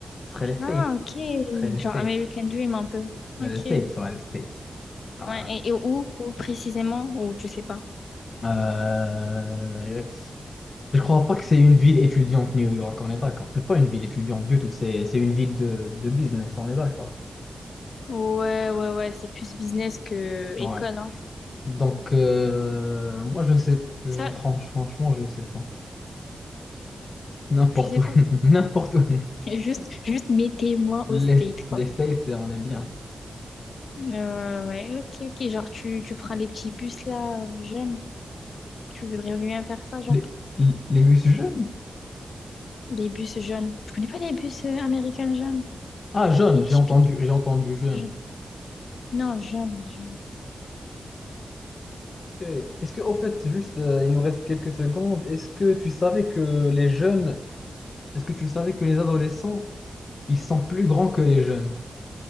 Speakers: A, on the left (about 45°); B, on the left (about 75°).
A: serait les States.
B: Ah,
A: Ce
B: ok.
A: serait les
B: Genre
A: States.
B: American Dream un peu.
A: Les
B: Ok.
A: States,
B: Ouais.
A: ouais, les States. Ah,
B: Et,
A: Ouais.
B: et où, où précisément? Ou tu sais pas?
A: Euh, Je crois pas que c'est une ville étudiante New York, on est d'accord. C'est pas une ville étudiante du tout, c'est c'est une ville de, de business, on est d'accord.
B: Ouais, ouais, ouais. C'est plus business que école,
A: Ouais.
B: hein.
A: Donc euh, moi je sais je,
B: Ça,
A: franch- franchement je sais pas. N'importe
B: tu sais
A: où.
B: pas.
A: <laughs> N'importe où.
B: <laughs> Juste, juste mettez-moi
A: Les,
B: au state, quoi.
A: les States, c'est- on est bien.
B: Euh, ouais, ok, ok. Genre, tu, tu prends les petits bus là, euh, jeunes. Tu voudrais bien faire ça, genre.
A: Les, les bus jeunes?
B: Les bus jeunes. Je connais pas les bus euh, américains jeunes.
A: Ah jeunes,
B: Les
A: j'ai
B: typiques.
A: entendu j'ai entendu jeunes.
B: jeunes. Non, jeunes. jeunes.
A: Eh, Est-ce que au fait juste euh, il nous reste quelques secondes, est-ce que tu savais que les jeunes, est-ce que tu savais que les adolescents, ils sont plus grands que les jeunes?